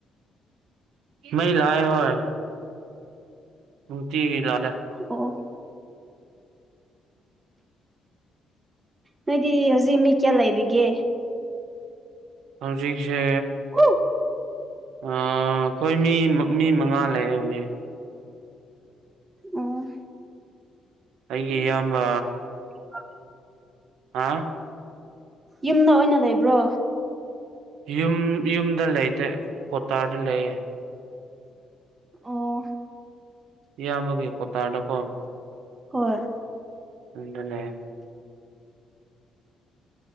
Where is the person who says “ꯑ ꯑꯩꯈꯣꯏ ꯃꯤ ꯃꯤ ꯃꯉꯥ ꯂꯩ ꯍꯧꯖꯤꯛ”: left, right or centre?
Right